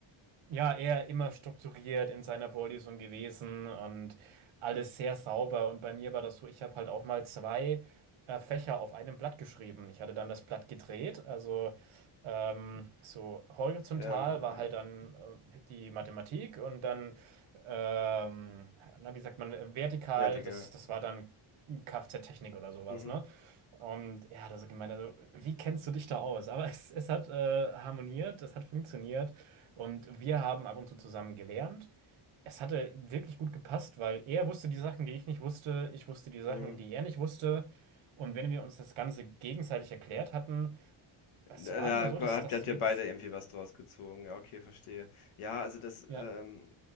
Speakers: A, on the right; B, on the left.
A: ja, er immer strukturiert in seiner Vorlesung gewesen und alles sehr sauber. Und bei mir war das so, ich habe halt auch mal zwei äh, Fächer auf einem Blatt geschrieben. Ich hatte dann das Blatt gedreht. Also ähm, so horizontal
B: Ja,
A: war
B: ja.
A: halt dann äh, die Mathematik und dann, ähm, na, wie sagt man, äh, vertikal,
B: Ja, Digga.
A: das, das war dann Kfz-Technik oder sowas,
B: Mhm.
A: ne? Und er hat also gemeint, also wie kennst du dich da aus? Aber es, es hat äh, harmoniert, es hat funktioniert. Und wir haben ab und zu zusammen gelernt. Es hatte wirklich gut gepasst, weil er wusste die Sachen, die ich nicht wusste, ich wusste die Sachen,
B: Mhm.
A: die er nicht wusste. Und wenn wir uns das Ganze gegenseitig erklärt hatten, es
B: Da
A: war
B: da
A: immer so, dass,
B: habt
A: dass
B: habt ihr
A: wir
B: beide
A: das,
B: irgendwie was draus gezogen. Ja, okay, verstehe. Ja, also das,
A: ja,
B: ähm